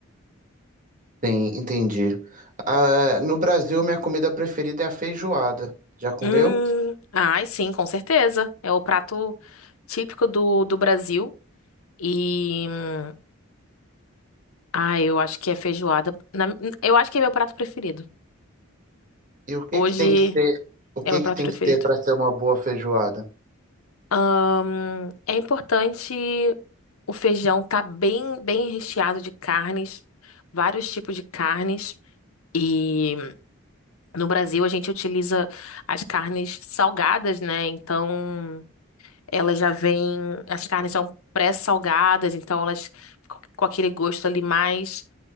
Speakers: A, on the right; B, on the left.
A: Sim, entendi. Ah, no Brasil, minha comida preferida é a feijoada. Já comeu?
B: Hum, ai, sim, com certeza. É o prato típico do, do Brasil. E. hum, Ah, eu acho que é feijoada. Na- eu acho que é meu prato preferido.
A: E o que
B: Hoje
A: que tem que ter, o que
B: é meu
A: que
B: prato
A: tem
B: preferido.
A: que ter para ser uma boa feijoada?
B: Ahn, é importante o feijão estar bem, bem recheado de carnes, vários tipos de carnes. E no Brasil a gente utiliza as carnes salgadas, né? Então elas já vêm, as carnes são pré-salgadas, então elas ficam com aquele gosto ali mais,